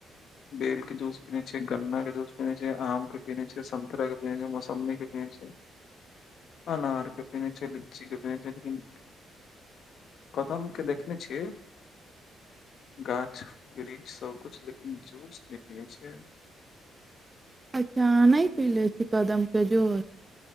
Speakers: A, on the left (about 65°); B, on the right (about 20°).
A: बेल के जूस पीने छियै गन्ना के जूस पीने छियै आम के पीेने छियै सन्तरा के पीनै छियै मौसम्बी के पीने छियै अनार के पीेने छियै लीची के पीने छियै लेकिन कदम के देखने छियै गाछ वृक्ष सभ कुछ लेकिन जूस नहि पीने छियै
B: अच्छा अहाँ नहि पीले छी कदमके जूस